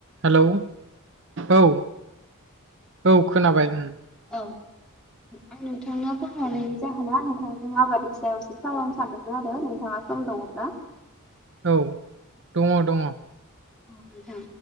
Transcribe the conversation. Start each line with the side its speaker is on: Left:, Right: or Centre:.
Right: Hello औ औ खोनाबाय उम।
Centre: औ आं नोंथांनो फन हरनायनि जाहोना नोंथांजों आबादनि सायाव एसे सावरायनो सानदोंमोन आरो नोंथाङा सम दङब्ला?
Right: औ दङ दङ
Centre: औ नोंथां